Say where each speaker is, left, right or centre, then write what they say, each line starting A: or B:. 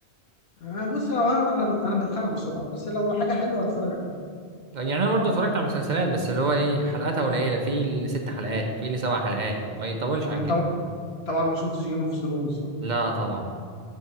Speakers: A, on the left (about 70°); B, on the right (about 50°).
A: أنا بص لو انا انا ب- انا بتخانق بسرعه بس لو حاجه حلوه هتفرج عليها
B: يعني انا برضو اتفرجت على مسلسلات بس اللي هو ايه حلقاتها قليله في اللي ست حلقات في اللي سبع حلقات ما يطولش
A: يعني
B: عن كده
A: طب- طبعا ما شفتش جيم اوف ثرونز
B: لا طبعا